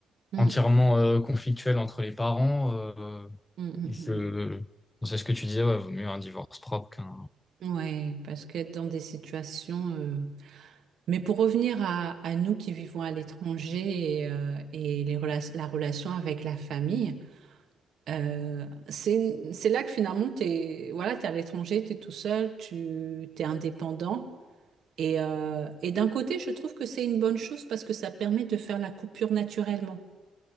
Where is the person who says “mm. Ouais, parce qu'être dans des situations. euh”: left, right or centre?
Right